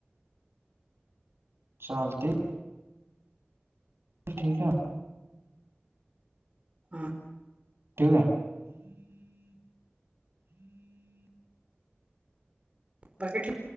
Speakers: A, on the right; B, on the right.
A: चालय ठीक आहे.
B: हम्म.
A: ठीक आहे
B: बाकी ठीक